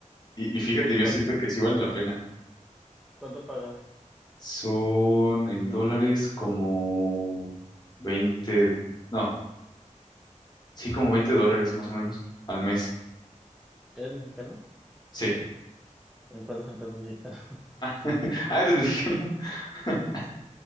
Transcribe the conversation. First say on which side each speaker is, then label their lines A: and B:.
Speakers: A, on the left; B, in the centre.
A: Y, y fíjate,
B: ¿Y
A: yo
B: cuánto?
A: siento que sí vale la pena.
B: ¿Cuánto pagas?
A: Son en dólares como 20 no, sí, como 20 dólares más o menos al mes.
B: ¿Eres mexicano?
A: Sí.
B: ¿En cuántas empresas mexicanas?
A: <laughs> Ah, eres mexicano. <laughs>